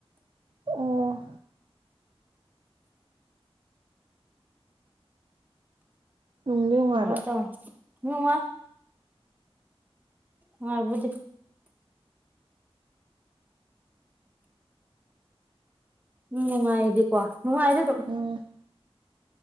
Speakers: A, on the right; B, on the right.
A: ꯑꯣ ꯅꯨꯡꯗꯤ ꯅꯨꯡꯉꯥꯏꯕ꯭ꯔꯥ
B: ꯑꯗꯨꯃꯩ ꯇꯣꯌꯥ꯫ ꯅꯨꯡꯉꯥꯏ ꯉꯥꯏꯕꯨꯗꯤ ꯎꯝ ꯅꯨꯡꯉꯥꯏꯗꯤ ꯀꯣ ꯅꯨꯡꯉꯥꯏꯗꯤ ꯗꯨꯝ
A: ꯎꯝ